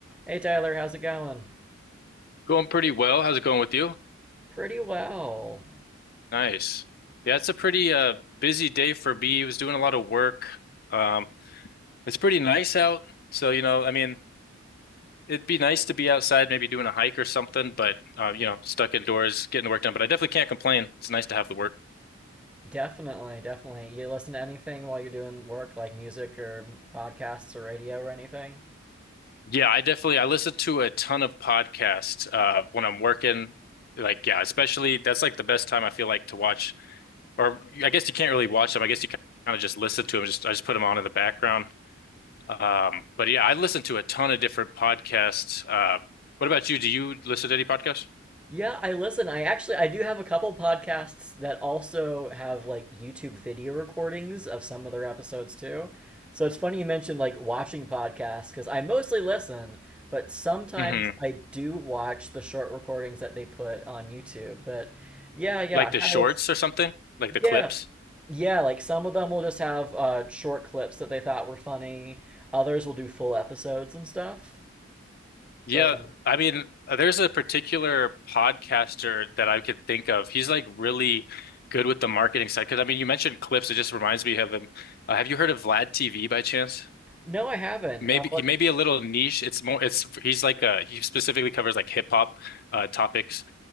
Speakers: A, in the centre; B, on the left.
A: Hey Tyler, how's it going?
B: Going pretty well. How's it going with you?
A: Pretty well.
B: Nice. Yeah, it's a pretty uh busy day for me. I was doing a lot of work. Um, it's pretty nice out. So, you know, I mean, it'd be nice to be outside, maybe doing a hike or something, but uh, you know, stuck indoors, getting the work done. But I definitely can't complain. It's nice to have the work.
A: Definitely, definitely. You listen to anything while you're doing work, like music or podcasts or radio or anything?
B: Yeah, I definitely I listen to a ton of podcasts uh when I'm working. Like, yeah, especially that's like the best time I feel like to watch or I guess you can't really watch them. I guess you kind of just listen to them. Just I just put them on in the background. Um, but yeah, I listen to a ton of different podcasts. Uh, what about you? Do you listen to any podcasts?
A: Yeah, I listen. I actually I do have a couple podcasts that also have like YouTube video recordings of some of their episodes too. So it's funny you mentioned like watching podcasts because I mostly listen, but sometimes
B: hmm
A: I do watch the short recordings that they put on YouTube. But yeah, yeah,
B: Like
A: I kind
B: the shorts
A: of
B: or something? Like the
A: yeah.
B: clips?
A: yeah, like some of them will just have uh, short clips that they thought were funny. Others will do full episodes and stuff.
B: Yeah,
A: But um,
B: I mean, there's a particular podcaster that I could think of. He's like really good with the marketing side. Because I mean, you mentioned clips. It just reminds me of him. Uh, have you heard of Vlad TV by chance?
A: no, I haven't.
B: Maybe
A: Uh, what?
B: he may be a little niche. It's more. It's he's like uh he specifically covers like hip hop uh topics.